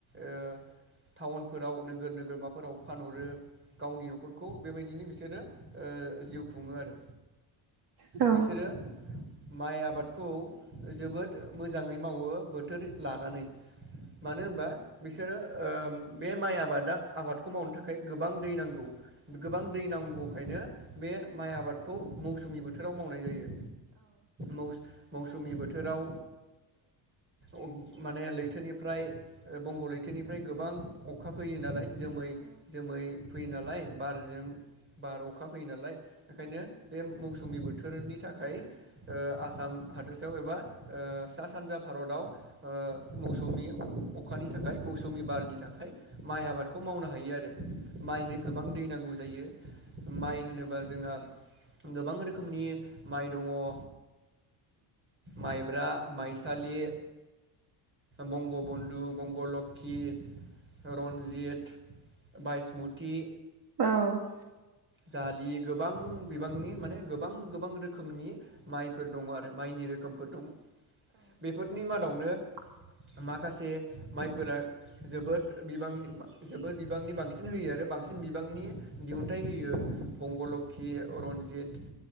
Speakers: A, on the right (about 25°); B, on the right (about 55°).
A: ओ टाउनफोराव नोगोर नोगोरमाफोराव फानहरो गावनि न'खरखौ बेबायदिनो बिसोरो ओ जिउ खुङो आरो
B: औ
A: बिसोरो माइ आबाद खौ जोबोद मोजाङै मावो बोथोर लानानै मानो होनबा बिसोरो ओ बे माइ आबादा आबादखौ मावनो थाखाय गोबां दै नांगौ गोबां दै नांगौखायनो बे माइ आबादखौ मौसुमि बोथोराव मावनाय जायो मौस मौसुमि बोथोराव ओ माने लैथोनिफ्राय बंग' लैथोनिफ्राय गोबां अखा फैयो नालाय जोमै जोमै फैयो नालाय बारजों बार अखा फैयो नालाय बेखायनो बे मौसुमि बो थोरनि थाखाय ओ आसाम हादोरसायाव एबा ओ सा सानजा भारताव ओ मौसुमि अखानि थाखाय मौसुमि बारनि थाखाय माइ आबादखौ मावनो हायो आरो माइनो गोबां दै नांगौ जायो माइ होनोबा जोंहा गोबां रोखोमनि माइ दङ ओ माइब्रा माइसालि बंग' बन्धु बंग' लक कि रन्जित बायसमति
B: औ
A: दालि गोबां बिबांनि माने गोबां गोबां रोखोमनि माइफोर दङ आरो माइनि रोखोम बेफोर दङ बेफोरनि मादावनो
B: <inaudible>
A: माखासे माइफोरा जोबोद बिबांनि जोबोद बिबांनि बांसिन होयो आरो बांस सिन बिबांनि दिहुनथाइ होयो बंग'लक्षि रनजित